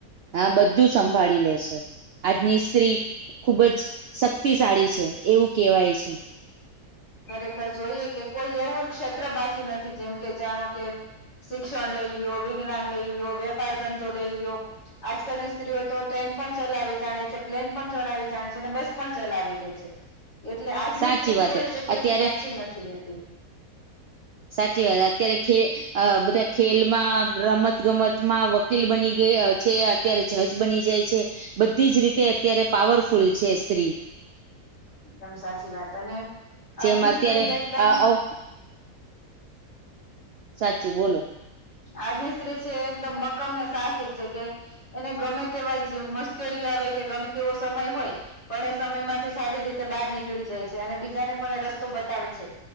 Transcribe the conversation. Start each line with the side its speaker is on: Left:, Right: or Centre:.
Right: હા, બધું સંભાળી લે છે આજની સ્ત્રી. ખુબ જ શક્તિશાળી છે એવું કહેવાય છે.
Left: ખરેખર જોઈએ કે કોઈ એવું ક્ષેત્ર બાકી નથી, જેમ કે જાણો કે શિક્ષણ લઈ લ્યો, વિજ્ઞાન લઈ લ્યો, વેપાર ધંધો લઈ લ્યો. આજકાલની સ્ત્રીઓ તો ટ્રેન પણ ચલાવી જાણે છે, પ્લેન પણ ચલાાવવી જાણે છે અને બસ પણ ચલાવી લે છે. એટલે આજની
Right: સાચી
Left: સ્ત્રી
Right: વાત
Left: કોઈ જગ્યા
Right: અત્યારે
Left: થી પાછી નથી રેતી.
Right: સાચી વાત. અત્યારે ખે અ બધા ખેલમાં રમત-ગમત માં વકીલ બની ગયા છે. અત્યારે જજ બની જાય છે. બધી જ રીતે અત્યારે પાવરફુલ છે સ્ત્રી.
Left: એકદમ સાચી વાત. અને
Right: જેમ
Left: આજની
Right: અત્યારે
Left: સ્ત્રી એકદમ
Right: અ અવ સાચું બોલો.
Left: આજની સ્ત્રી છે, એકદમ મક્કમ ને સાહસિક છે કે એને ગમે તેવા જે મુશ્કેલીઓ આવે કે ગમે તેવો સમય હોય. પણ એ સમયમાંથી સારી રીતે બહાર નીકળી જાય છે અને બીજાને પણ એ રસ્તો બતાવે છે.